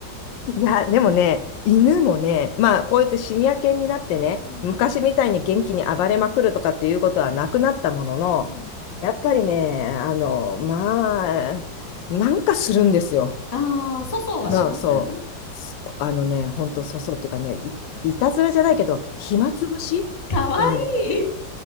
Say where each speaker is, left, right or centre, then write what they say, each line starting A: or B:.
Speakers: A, on the left; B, on the left.
A: いや、でもね、犬もね、まあ、こうやってシニア犬になってね、
B: うん。
A: 昔みたいに元気に暴れまくるとかっていうことはなくなったものの、
B: うん。
A: やっぱりね、あの、まあ、なんかするんですよ。
B: ああ、粗相はします
A: な、そう。そあのね、ほんと、
B: うん。
A: そうそうっていうかね、い、
B: うん。
A: いたずらじゃないけど、暇つぶしうん。
B: かわいい。